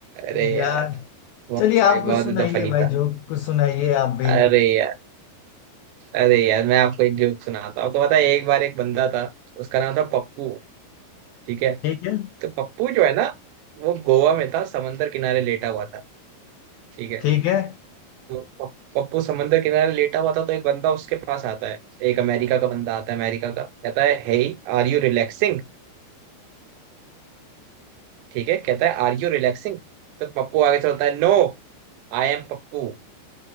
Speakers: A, on the right (about 80°); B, on the left (about 85°).
A: अरे
B: है <laughs> यार
A: यार बहुत
B: चलिए
A: भाई
B: आप कुछ
A: बहुत
B: सुनाइए
A: ज्यादा फनी
B: भाई
A: था
B: जो कुछ सुनाइए आप भी
A: अरे यार अरे यार मैं आपको एक जोक सुनाता हूँ आपको पता है एक बार एक बंदा था उसका नाम था पप्पू ठीक है
B: ठीक है
A: तो पप्पू जो है ना वो गोवा में था समंदर किनारे लेटा हुआ था ठीक है
B: ठीक है
A: तो कप- कप्पू समंदर किनारे लेटा हुआ था तो एक बंदा उसके पास आता है एक अमेरिका का बंदा आता है अमेरिका का कहता है हे आर यू रिलैक्सिंग ठीक है कहता है आर यू रिलैक्सिंग तो पप्पू आगे चलता है नो आई एम पप्पू